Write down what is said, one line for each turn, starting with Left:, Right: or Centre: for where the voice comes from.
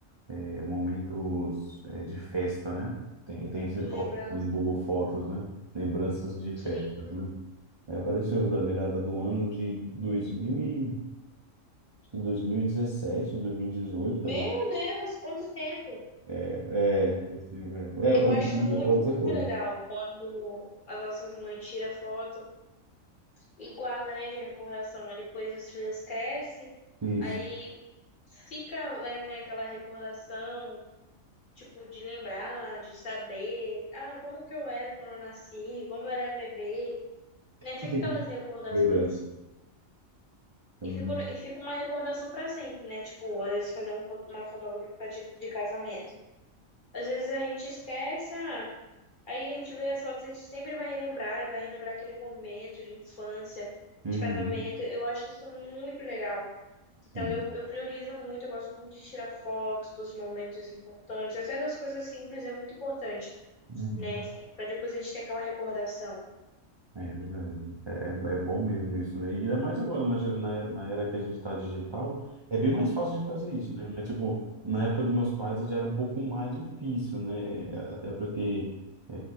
Right: é, momentos é, de festa, né? Tem, tem esse
Left: lembrando,
Right: tópico no Google Fotos, né? Lembranças de festas,
Left: sim.
Right: né? Aí apareceu da virada do ano de 2000 e, 2017, 2018 para
Left: Meu Deus, quanto tempo!
Right: É, possível, é. É,
Left: Eu
Right: o
Left: acho muito,
Right: o Pontos
Left: muito
Right: é fogo.
Left: legal quando as nossas mães tiram foto e guarda, né, de recordação. Aí depois os filhos crescem,
Right: Isso,
Left: aí fica, é, né, aquela recordação, tipo, de lembrar, de saber, ah, como que eu era quando eu nasci, como eu era bebê, né? Fica
Right: <laughs>
Left: aquelas recordações.
Right: verdade. Então,
Left: E fica, e fica uma recordação para sempre, né? Tipo, às vezes fazer um fo- uma fotografia de, de casamento. Às vezes a gente esquece, ah, Aí a gente vê as fotos, a gente sempre vai relembrar, vai relembrar aquele momento de infância,
Right: Uhum,
Left: de casamento. Eu acho isso muito legal. Então
Right: sim.
Left: eu, eu priorizo muito, eu gosto muito de tirar fotos dos momentos importantes, até das coisas simples é muito importante,
Right: Uhum.
Left: né? para depois a gente ter aquela recordação.
Right: É verdade. É, é, é bom mesmo isso, né? E ainda mais agora, na, gera- na, era- na era que a gente tá digital, é bem mais fácil de fazer isso, né? Mas, tipo, na época dos meus pais já era um pouco mais difícil, né? Até porque é,